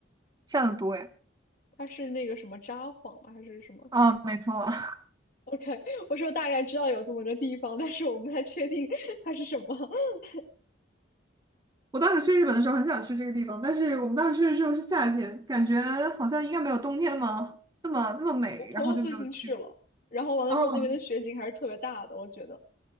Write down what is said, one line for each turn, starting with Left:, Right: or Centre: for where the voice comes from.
Right: 下的多呀。
Left: 它是那个什么札幌吗？还是什么
Right: 啊，没错。<laughs>
Left: ？OK，我说大概知道有这么个地方，但是我不太确定它是什么。<laughs>
Right: 我当时去日本的时候很想去这个地方，但是我们当时去的时候是夏天，感觉好像应该没有冬天嘛，那么那么美，
Left: 我朋友最近去了，
Right: 然后就没有。
Left: 然后完了之后那边的雪景还是特别大的，
Right: 哦
Left: 我觉得。